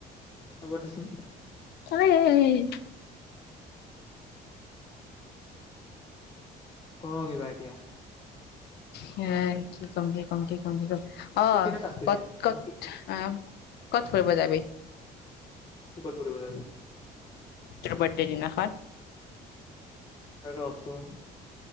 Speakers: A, on the left; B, on the left.
A: ক চোন
B: <unintelligible>
A: ক কিবা এতিয়া।
B: হ কি কম-কি কম-কি কম-কি কম অ
A: তোৰ কেইটা টাস্ক হৈছে
B: ক'ত-ক'ত
A: বাকী
B: আহ কত ফুৰিব যাবি?
A: কত ফুৰিব যাবি?
B: টোৰ বাৰ্থডে দিনাখন?
A: ৰচুন,